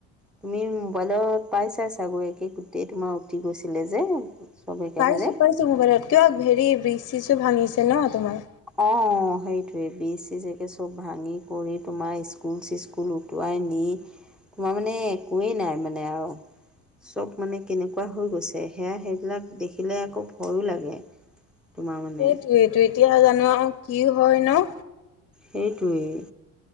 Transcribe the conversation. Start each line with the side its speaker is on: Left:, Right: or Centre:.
Centre: তুমি মোবাইলত পাইছা চাগৈ একে গোটেই তোমাৰ উঠি গৈছিলে যে। চব একেবাৰে
Left: পাইছো পাইছো মোবাইলত কিয় হেৰি ব্ৰিজ-চিজো ভাঙিছে ন তোমাৰ।
Centre: অ', সেইটোয়ে ব্ৰিজ- চিজ চব ভাঙি কৰি তোমাৰ স্কুল চি স্কুল উটুৱাই নি তোমাৰ মানে একোৱেই নাই মানে আৰু। চব মানে কেনেকুৱা হৈ গৈছে সেয়া সেইবিলাক দেখিলে আকৌ ভয়ো লাগে। তোমাৰ মানে
Left: সেইটোৱেই টো এতিয়া জানো আৰু কি হয় ন?
Centre: সেইটোৱেই